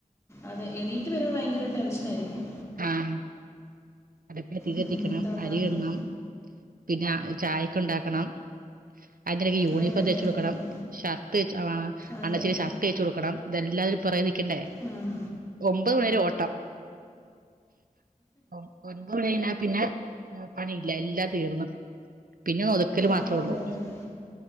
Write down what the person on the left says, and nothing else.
അതെ എണീറ്റ് വര്മ്പ ഭയങ്കര ടെൻഷനാരിക്കും
ഉം, എന്തോ ഉണ്ടാക്കും
അതെ അതെ
അതെ
അതെ
അതെ
അതെ
ഉം
അതെ അതെ അതെ അതെ